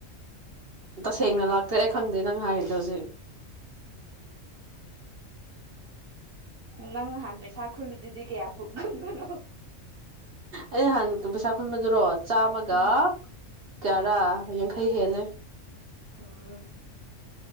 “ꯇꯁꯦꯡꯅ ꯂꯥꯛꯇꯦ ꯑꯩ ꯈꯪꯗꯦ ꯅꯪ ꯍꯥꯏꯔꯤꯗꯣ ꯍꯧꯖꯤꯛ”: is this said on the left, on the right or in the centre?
Right